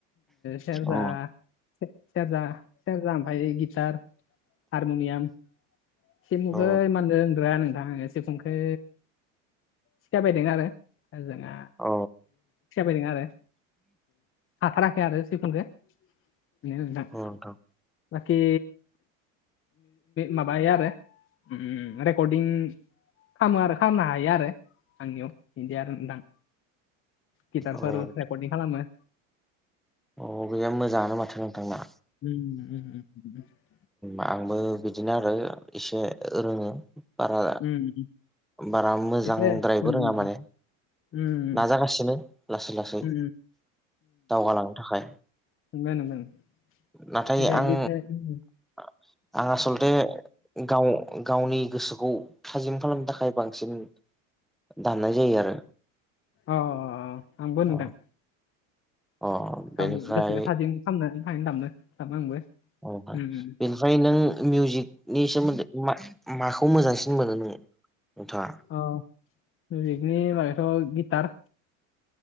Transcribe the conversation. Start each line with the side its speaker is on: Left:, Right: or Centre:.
Left: सेरजा
Centre: औ
Left: सेरजा सेरजा ओमफाय गितार हारमुनियाम सेमुहै
Centre: औ
Left: मानदों रोंद्रा नोंथां सिफुंखो सिखायबाय दों आरो ओजोंहा
Centre: अ
Left: रोङा आरो हाथाराखै आरो सिफुंखौ बेनो नोंथां
Centre: अ नोंथां
Left: बाखि माबायो आरो ओम रेकर्डिं खालामो आरो खालामनो हायो आरो आंनियाव बिदि आरो नोंथां गिटारफोर
Centre: औ
Left: रेकर्डिं खालामो
Centre: अ गैया मोजाङानो माथो नोंथांना
Left: उम
Centre: आंबो बिदिनो आरो इसे रोङो बारा
Left: उम
Centre: बारा मोजांद्रायबो
Left: एसे उम
Centre: रोङा माने
Left: उम
Centre: नाजागासिनो लासै लासै
Left: उम
Centre: दावगालांनो थाखाय
Left: बुजिया
Centre: नाथाय आं आं आसलथे गाव गावनि गोसोखौ थाजिम खालामनो थाखाय बांसिन दामनाय जायो आरो
Left: अ आंबो नुदों।
Centre: अ अ बेनिफ्राय
Left: गावनि गोसोखौ थाजिम खालामामनानै थाहैनो थामनो थाम आंबो
Centre: औ बे
Left: उम उम
Centre: फ्राय नों मिउजिकनि सोमोन्दै माखौ मोजांसिन मोनो नों नोंथाङा
Left: अ मिउजिकनि माबथ' गिटार